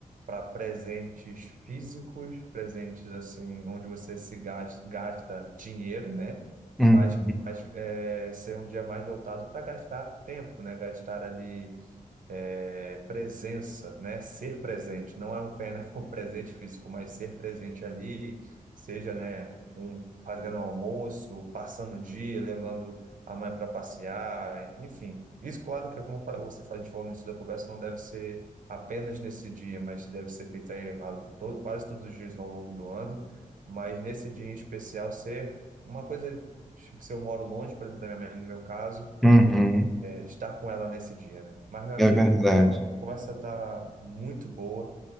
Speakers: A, on the right; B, in the centre.
A: para presentes físicos, presentes assim, onde você se gasta, gasta dinheiro, né?
B: Uhum.
A: Mas, mas é, ser um dia mais voltado para gastar tempo, né? Gastar ali é, presença, né? Ser presente, não é um pena <laughs> um presente físico, mas ser presente ali, seja, né, um fazendo almoço, passando o dia, levando a mãe para passear, enfim. Isso, claro que como eu falei- você faz de forma início da conversa, não deve ser apenas nesse dia, mas deve ser feito aí a- todo, quase todos os dias ao longo do ano, mas nesse dia em especial ser uma coisa, tipo, se eu moro longe, por exemplo, da minha mãe, no meu caso,
B: Uhum.
A: estar com ela nesse dia, né? Mas, meu amigo,
B: É verdade.
A: a conversa tá muito boa.